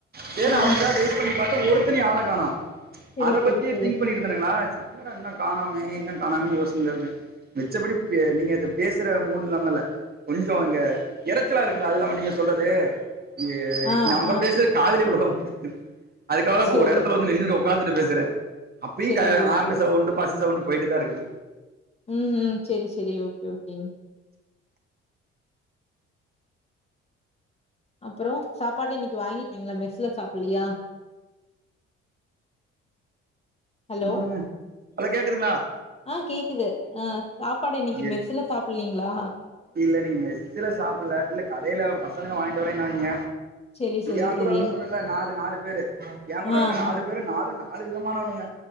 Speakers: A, on the right; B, on the left.
A: சேரினு
B: ஆ
A: அவனுங்களுக்காக வெயிட் பண்ணி பாத்த ஒரு ஒருத்தனையு ஆள காணு
B: சரி
A: அத
B: சரி
A: பத்தியே
B: சரி
A: திங்க் பண்ணிட்டு இருந்தோனுங்களா என்னடா இன்னும் காணாமே என்ன காணமேன் யோசனைல இருந்தே மிச்சப்படி இப் நீங்க இந்த பேசுற மோட் இல்லாம இல்ல கொஞ்சம் இங்க இரச்சலா இருக்குங்களா அது இல்லாம நீங்க சொல்றது ங்க
B: ஆ
A: நம்ப
B: ஆ
A: பேசுற காதுல விழுக <unintelligible> அதுக்காவதா இப்ப
B: சரி
A: ஒரு எடத்துல
B: சரி
A: வந்து நின்னுட்டு உக்காந்துட்டு பேசுறே அப்பிய்க
B: சரி ஓகே
A: ஆறனு சவுண்டு பஸ்ஸு சவுண்டு போயிட்டு தான் இருக்குது
B: உம் உம் சேரி சேரி ஓகே ஓகேங்க அப்றம் சாப்பாடு இன்னைக்கு வாங்கிட்டீங்களா மெஸ்ல சாப்புல்லையா ஹலோ
A: பண்றதுங்க ஹலோ கேக்குதுங்களா
B: ஆஹ் கேக்குது ஆஹ் சாப்பாடு இன்னைக்கு
A: எ-
B: மெஸ்ல சாப்புலீங் ங்களா
A: இல்ல இன்னைக்கு மெஸ்ல சாப்புட்ல இல்ல கடையில பசங்க வாங்கிட்டு வரேனாங்க
B: சரி சரி
A: ஏன்
B: சரி
A: கூடதான் சொன்னல நாலு நாலு பேரு என் கூட
B: ஆ
A: இருக்க நாலு
B: ஆ
A: பேரு நாலு நாலு நாலு விதமானவனுங்க